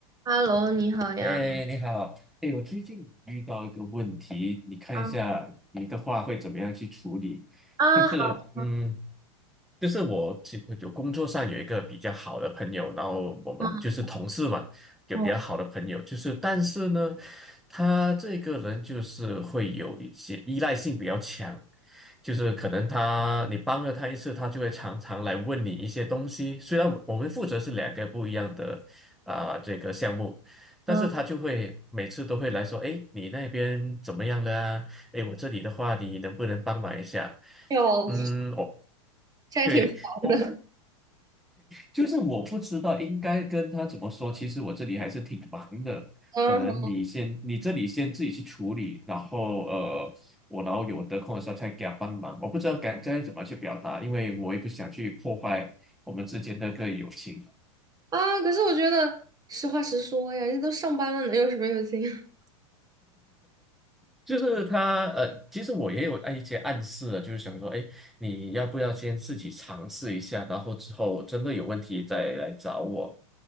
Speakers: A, on the right; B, in the centre.
A: Hello，你好呀。
B: 哎，你好，哎，我最近遇到一个问题，你看一下你的话会怎么样去处理？
A: 啊啊，
B: 但是，
A: 好，
B: 嗯，就是我其有工作上有一个比较好的朋友，然后我们就是同事嘛，
A: 嗯
B: 有比较好的朋友，
A: 嗯
B: 就是但是呢，他这个人就是会有一些依赖性比较强，就是可能他你帮了他一次，他就会常常来问你一些东西。虽然我们负责是两个不一样的啊、这个项目，但是他就会每次都会来说，
A: 嗯，
B: 哎，你那边怎么样了啊？哎，我这里的话，你能不能帮忙一下？
A: 哎呦，
B: 嗯，我
A: 这还挺忙的。
B: 对，我就是我不知道应该跟他怎么说。其实我这里还是挺忙的，
A: 嗯哼
B: 可能你先你这里先自己去处理，然后呃，我然后有得空的时候再给他帮忙。我不知道该该怎么去表达，因为我也不想去破坏我们之间的个友情。
A: 啊，可是我觉得实话实说呀，人家都上班了，能有什么用心？<laughs>
B: 就是他呃，其实我也有按一些暗示了，就是想说，哎，你要不要先自己尝试一下，然后之后真的有问题再来找我。